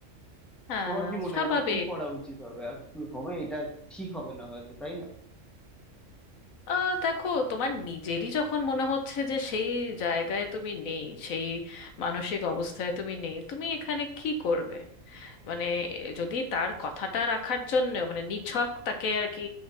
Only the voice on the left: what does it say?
হ্যাঁ
স্বাভাবিক
আহ, দেখো তোমার নিজেরই যখন মনে হচ্ছে যে সেই জায়গায় তুমি নেই সেই মানসিক অবস্থায় তুমি নেই তুমি এখানে কি করবে মানে যদি তার কথাটা রাখার জন্য মানে নিছক তাকে আর কি